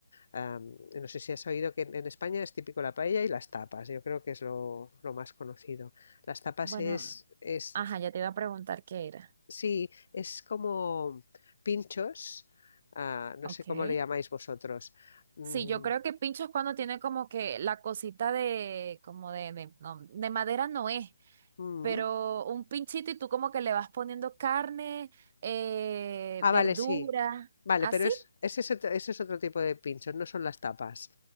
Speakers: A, on the left (about 55°); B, on the right (about 35°).
A: Am, no sé si has oído que en en España es típico la paella y las tapas. Yo creo que es lo, lo más conocido. Las tapas
B: Bueno,
A: es, es,
B: ajá, ya te iba a preguntar qué era.
A: sí, es como pinchos, ah, no
B: Ok.
A: sé cómo le llamáis vosotros. Mm,
B: Sí, yo creo que pincho es cuando tiene como que la cosita de, como de, de, no, de madera no es
A: mm,
B: pero un pinchito y tú como que le vas poniendo carne, eh,
A: Ah,
B: verdura,
A: vale, sí. Vale,
B: así.
A: pero es, ese, es otro, ese es otro tipo de pinchos, no son las tapas.